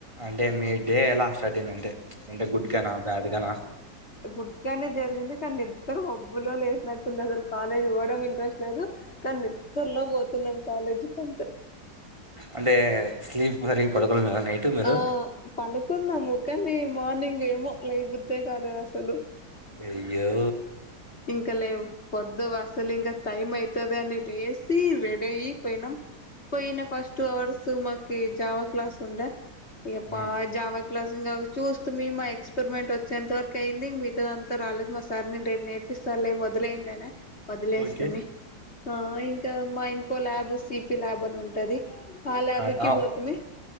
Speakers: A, on the right (about 15°); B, on the left (about 35°).
A: అంటే మీ డే ఎలా స్టార్ట్ అయింది అంటే అంటే గుడ్ గానా బ్యాడ్ గానా
B: గుడ్గానే జరిగింది. కానీ ఇద్దరు ఒబ్బులో లేసినట్టుంది అసలు కాలేజ్ పోవడం ఇంట్రెస్ట్ లేదు. కానీ నిద్రలో పోతున్నాం కాలేజీకి అంతే
A: అంటే స్లీప్ సరిగా పడుకోలేదా నైట్ మీరు
B: ఆ పడుకున్నాము కని ఈ మార్నింగ్ ఏమో లేల బుద్ధే కాలేదు అసలు
A: అయ్యో
B: ఇంక లే పొద్దు అసలు ఇంకా టైం అయితదని లేసి రెడీ అయి పోయినాం. పోయిన ఫస్ట్ టూ అవర్స్ మాకి జావా క్లాస్ ఉండ్ ఇగ ప
A: మ్మ్.
B: జావక్ క్లాస్ ఇంగ చూస్త మీ మా ఎక్స్పెరిమెంట్ వచ్చేంత వరక్ క్ అయింది. మిగతాదంతా రాలేదు మా సార్ నేను నేర్పిస్తాలే వొలయండి అనే వదిలేస్తమి.
A: ఓకే
B: ఆ ఇంకా మా ఇంకో ల్యాబ్ సి. పి ల్యాబ్ అని ఉంటది. ఆ ల్యాబ్కి
A: ఆహా.
B: పోతుమి